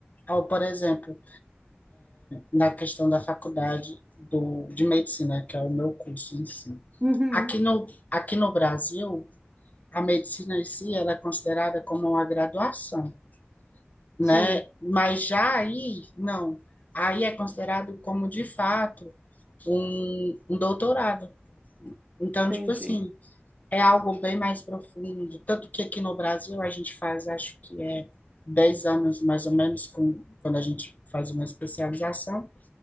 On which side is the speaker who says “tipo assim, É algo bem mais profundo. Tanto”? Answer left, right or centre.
Left